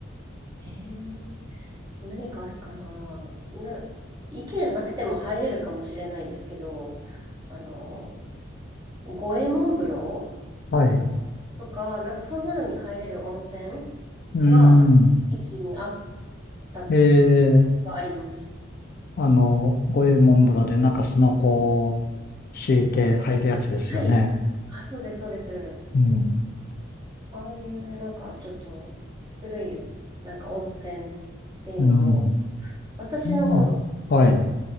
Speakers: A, on the right (about 20°); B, on the left (about 50°).
A: へえ、何かあるかな。な、池じゃなくても入れるかもしれないですけど、あの、五右衛門風呂
B: はい。
A: とか、なんかそんなのに入れる温泉
B: うん、
A: が駅にあった
B: ええ、
A: があります。
B: あの、五右衛門風呂でなんかスノコを敷いて入るやつですよね。
A: はい。あ、そうです、そうです。
B: うん、
A: ああいうなんかちょっと古いなんか温泉っていうのも、
B: うん。
A: 私の頃、
B: まあ、はい。